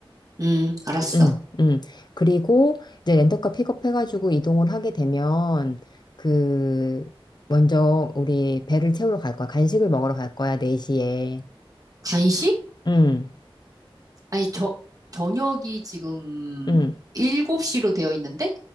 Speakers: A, on the right (about 40°); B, on the left (about 50°).
A: 음, 알았어.
B: 응, 응. 그리고 이제 렌터카 픽업해가지고 이동을 하게 되면 그 먼저 우리 배를 채우러 갈 거야. 간식을 먹으러 갈 거야, 4시에.
A: 간식?
B: 응,
A: 아니, 저, 저녁이 지금
B: 응.
A: 7시로 되어 있는데?